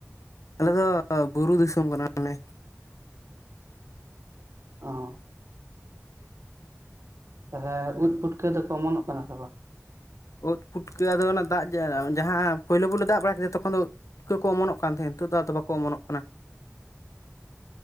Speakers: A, on the left; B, on the right.
A: ᱟᱞᱮ ᱫᱚ ᱵᱩᱨᱩ ᱫᱤᱥᱚᱢ ᱠᱟᱱᱟᱞᱮ᱾
B: ᱚᱸ᱾ ᱦᱮᱸ ᱩᱫ ᱯᱩᱴᱠᱟᱹ ᱫᱚ ᱠᱚᱢᱚᱱᱚᱜ ᱠᱟᱱᱟ ᱥᱮ ᱵᱟᱝ?
A: ᱩᱫ ᱯᱷᱩᱴᱠᱟᱹ ᱟᱫᱚ ᱚᱱᱟ ᱫᱟᱜᱽ ᱡᱟᱦᱟᱸ ᱯᱳᱭᱞᱳ ᱯᱳᱭᱞᱳ ᱫᱟᱜᱽ ᱵᱟᱲᱟ ᱠᱮᱫᱟ ᱛᱚᱠᱷᱚᱱ ᱫᱚ, ᱯᱩᱴᱠᱟᱹ ᱠᱚ ᱚᱢᱚᱱᱚᱜ ᱠᱟᱱ ᱛᱟᱦᱮᱸᱫ ᱱᱤᱛᱚᱜ ᱫᱚ ᱟᱫᱚ ᱵᱟᱠᱚ ᱚᱢᱚᱱᱚᱜ ᱠᱟᱱᱟ᱾